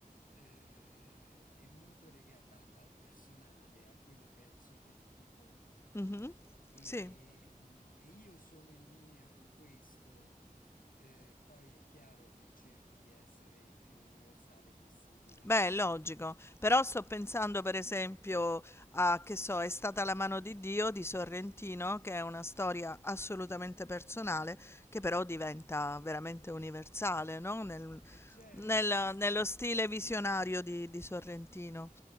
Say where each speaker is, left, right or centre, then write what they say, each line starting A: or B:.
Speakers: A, on the left (about 65°); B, on the left (about 15°).
A: eh, è molto legata al personale, a quello che è soggettivo.
B: Mhm.
A: E,
B: Sì,
A: mm, e io sono in linea con questo. eh, poi è chiaro che cerchi di essere il più universale possibile.
B: beh, è logico. Però sto pensando, per esempio, a, che so, È stata la mano di Dio di Sorrentino, che è una storia assolutamente personale, che però diventa veramente universale, no? Nel-
A: E certo,
B: nel-
A: il passaggio,
B: nello stile visionario di di Sorrentino.